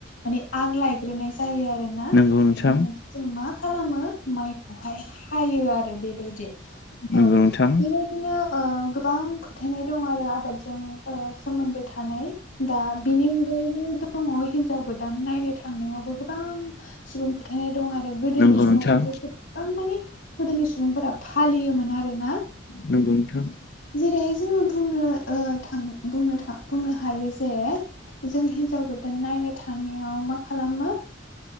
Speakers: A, on the left (about 75°); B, on the left (about 55°).
A: माने आग लायग्रोनाय जायो आरो ना
B: नंगौ नोंथां
A: जों मा खालामो माइखौहाय हायो आरो बेबायदि अ
B: नंगौ नोंथां
A: बेबायदि बिदिनो गोबां फोथायनाय दं आरो आबादजों सोमोन्दो थानाय दा बिनि अनगायैबो दङ हिनजाव गोदान नायनो थांनायावबो गोबां सुबुं फोथायनाय दं आरो गोदोनि
B: नंगौ
A: समाव
B: नोंथां
A: बेफोर गोबां माने गोदोनि सुबुंफोरा फालियोमोन आरो ना
B: न <unintelligible>
A: जेरैहाय जोङो बुंनो थ बुंनो हायो जे जों हिनजाव गोदान नायनो थांनायाव मा खालामो